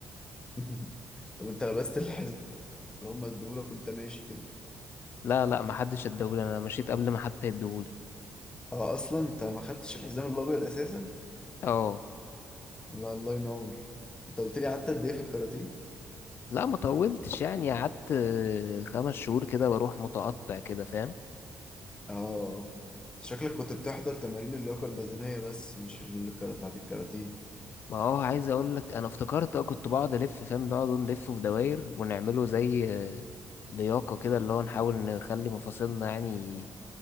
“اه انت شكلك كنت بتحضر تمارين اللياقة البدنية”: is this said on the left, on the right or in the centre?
Left